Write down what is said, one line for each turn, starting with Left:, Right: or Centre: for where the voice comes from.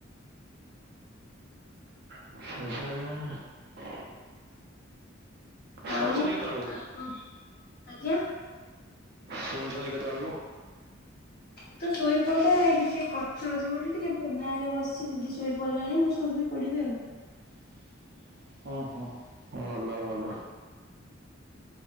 Right: ଶେଷରେନ୍ ଶୋଉଛନ୍ତି
Left: ଆଉ
Right: କେତେବେଳକୁ
Left: ଆ କ ଆଜ୍ଞା!
Right: ଶୋଇଚନ୍ତି କେତଳୁ?
Left: ମୁଁ ତ ଶୋଇପଡେ। ଟିକେ କଥା ହଉଛି, ବୋଲି ଟିକେ ବାହାରେ ବସି ଦିଦି ଶୋଇ ପଡିଲାଣି। ମୁଁ ଶୁଣ ପଡିବି ଆଉ।
Right: ହ ହଁ ହଁ। ଭଲ